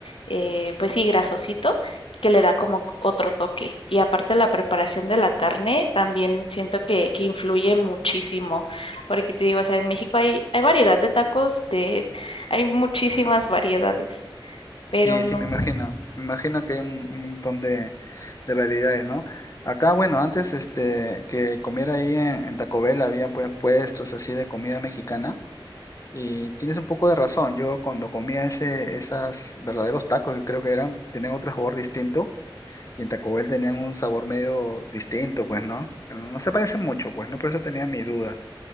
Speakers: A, on the left; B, on the left.
A: eh, pues sí, grasosito, que le da como otro toque. Y aparte la preparación de la carne también siento que, que influye muchísimo, porque te digo, o sea, en México hay, hay variedad de tacos, de, hay muchísimas variedades, pero
B: Sí,
A: no.
B: sí, me imagino. Me imagino que hay un, un montón de, de variedades, ¿no? Acá, bueno, antes este, que comiera ahí en, en Taco Bell habían pues puestos así de comida mexicana. Y tienes un poco de razón. Yo cuando comía ese, esas verdaderos tacos, que creo que eran, tenían otro sabor distinto. Y en Taco Bell tenían un sabor medio distinto, pues, ¿no? No se parecen mucho, pues, ¿no? Por eso tenía mi duda.